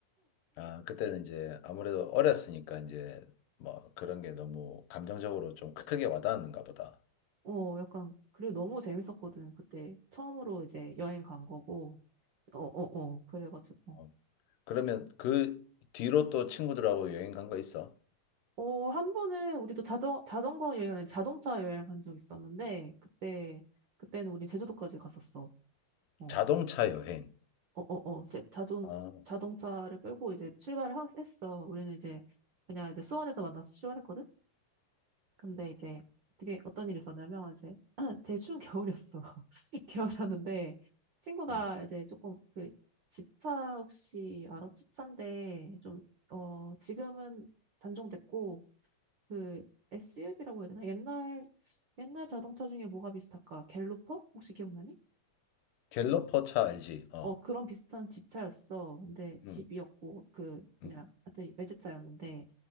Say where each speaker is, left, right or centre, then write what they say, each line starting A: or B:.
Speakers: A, on the left (about 80°); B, on the right (about 80°).
A: 아, 그때는 이제 아무래도 어렸으니까 이제 뭐 그런 게 너무 감정적으로 좀 크게 와닿았는가 보다.
B: 어 약간 그리고 너무 재밌었거든 그때 처음으로 이제 여행 간 거고 어어어 그래가지고
A: 어. 그러면 그 뒤로 또 친구들하고 여행 간 거 있어?
B: 어, 한 번은 우리도 자전, 자전거 여행은 아니라 자동차 여행을 간 적 있었는데, 그때, 그때는 우린 제주도까지 갔었어. 어,
A: 자동차 여행.
B: 어, 어, 어. 제, 자동,
A: 아,
B: 자동차를 끌고 이제 출발을 하- 했어. 우리는 이제 그냥 이제 수원에서 만나서 출발했거든? 근데 이제 어떻게, 어떤 일이 있었냐면, 이제 <clears throat> 되게 추운 겨울이었어. <laughs> 겨울이었는데, 친구가
A: 음.
B: 이제 조금 그 집차 혹시 알아? 집차인데, 좀, 어, 지금은 단종됐고, 그 SUV라고 해야 되나? 옛날 옛날 자동차 중에 뭐가 비슷할까? 갤로퍼? 혹시 기억나니?
A: 갤러퍼
B: 갤...
A: 차 알지? 어.
B: 어 그런 비슷한 집차였어. 근데 집이었고
A: 음,
B: 그 그냥
A: 음,
B: 하여튼 외제차였는데